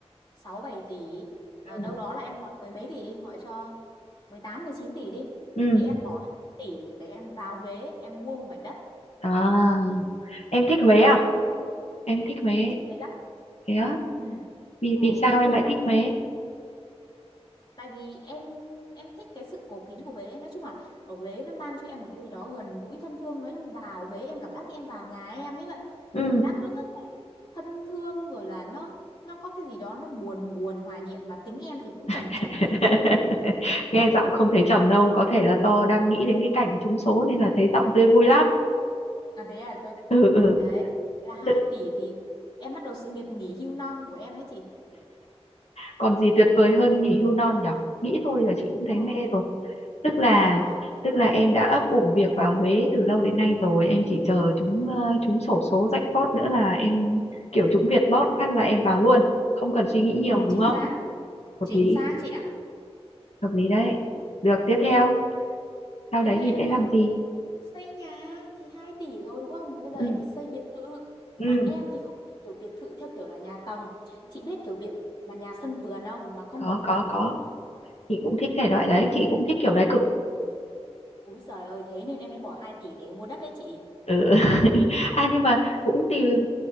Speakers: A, on the left (about 45°); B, on the left (about 80°).
A: 6 7 tỷ. À,
B: ừ
A: đâu đó là em còn mười mấy tỷ đi, gọi cho mười tám mười chín tỷ đi.
B: ừ
A: Thì em bỏ 2 tỷ để em vào Huế, em mua một mảnh đất.
B: à em thích Huế à em thích Huế
A: em thích Huế lắm
B: thế á
A: ừ
B: vì
A: ừ
B: vì sao
A: thích
B: em
A: Huế
B: lại
A: lắm
B: thích
A: luôn
B: Huế
A: tại vì em em thích cái sự cổ kính của Huế nói chung là ở Huế nó mang cho em một cái gì đó gần gũi thân thương nói chung vào Huế em cảm giác như em vào nhà em ấy vậy
B: ừ
A: cảm giác nó rất là thân thương rồi là nó nó có cái gì đó nó buồn buồn hoài niệm mà tính em thì cũng trầm
B: <laughs>
A: trầm như thế
B: nghe giọng không thấy trầm đâu có thể là do đang nghĩ đến cái cảnh trúng số nên là thấy giọng tươi vui lắm
A: à thế à cơ
B: ừ ừ
A: đấy là 2
B: Tự-
A: tỷ thì em bắt đầu sự nghiệp nghỉ hưu non của em đấy chị
B: còn gì tuyệt vời hơn nghỉ hưu non nhở nghĩ thôi là chị
A: đúng
B: cũng
A: rồi
B: thấy mê rồi tức là
A: đó
B: tức là em đã ấp ủ việc vào Huế từ lâu đến nay rồi em chỉ chờ chúng ờ, chúng xổ số jackpot nữa là em kiểu chúng Việt lót phát là em vào luôn không cần suy nghĩ
A: đúng
B: nhiều đúng
A: chính
B: không
A: xác
B: hợp
A: chính
B: lý
A: xác chị
B: hợp lý đấy được tiếp theo sau
A: Thế
B: đấy
A: là
B: thì
A: em
B: sẽ
A: còn
B: làm gì
A: xây nhà thì 2 tỷ rồi đúng không? Bây giờ em
B: ừ
A: phải xây biệt thự.
B: ừ
A: Mà em thì không thích kiểu biệt thự theo kiểu là nhà tầng. Chị biết kiểu biệt thự mà nhà sân vườn không? Mà có một
B: có có
A: tầng
B: có
A: mà nó...
B: chị cũng thích thể loại đấy chị cũng thích kiểu đấy cực
A: Úi giời ơi, thế nên em mới bỏ 2 tỷ để mua đất đấy chị.
B: Ừ. <laughs> À nhưng mà cũng tìm